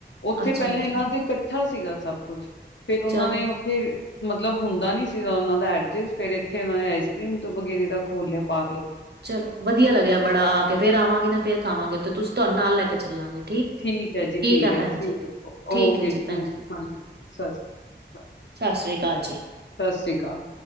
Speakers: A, on the left; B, on the right.
A: ਉੱਥੇ
B: ਅੱਛਾ-ਅੱਛਾ
A: ਪਹਿਲਾਂ ਇਹਨਾਂ ਦਾ ਕੱਠਾ ਸੀਗਾ ਸਭ ਕੁੱਛ ਫੇਰ ਉਹਨਾਂ
B: ਚਲੋ
A: ਨੇ ਫੇਰ ਮਤਲਬ ਹੁੰਦਾ ਨੀ ਸੀਗਾ ਉਨਾਂ ਦਾ ਐਡਜਸਟ। ਫੇਰ ਇੱਥੇ ਇਨਾਂ ਨੇ ਆਈਸਕ੍ਰੀਮ ਤੋਂ ਵਗੈਰੇ ਦਾ ਖੋਲ੍ਹਿਆ ਪਾਰਲੇਰ।
B: ਚਲੋ ਵਧੀਆ ਲੱਗਿਆ ਬੜਾ ਆ ਕੇ ਫ਼ੇਰ ਆਵਾਂਗੀ ਨਾ ਫੇਰ ਖਾਵਾਂਗੇ ਓਥੇ ਤੁਸੀਂ ਤੁਹਾਨੂੰ ਨਾਲ ਲੈ ਕੇ ਚੱਲਾਂਗੇ।
A: ਠੀਕ ਐ ਜੀ ਠੀਕ
B: ਆ
A: ਐ
B: ਭੈਣ
A: ਠੀਕ
B: ਜੀ
A: ਐ
B: ਠੀਕ
A: ਓਕੇ
B: ਹੈ
A: ਜੀ
B: ਭੈਣ
A: ਹਾਂਜੀ ਹਾਂਜੀ ਸਤਿ ਸ਼੍ਰੀ ਅਕਾਲ। <inaudible>
B: ਸਸ਼੍ਰੀ ਅਕਾਲ ਜੀ।
A: ਸਸ਼੍ਰੀ ਅਕਾਲ।